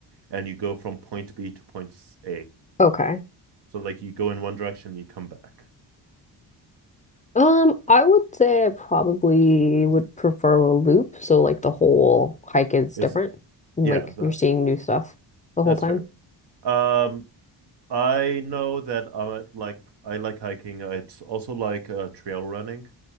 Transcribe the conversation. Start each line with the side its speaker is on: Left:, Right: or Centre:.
Right: and you go from point B to point A.
Left: Okay.
Right: So like you go in one direction, you come back.
Left: Um, I would say I probably would prefer a loop, so like the whole hike is
Right: Is
Left: different, and
Right: yeah,
Left: like
Right: that
Left: you're seeing new stuff the whole
Right: that's
Left: time.
Right: fair. Um, I know that I like I like hiking. It's also like uh, trail running,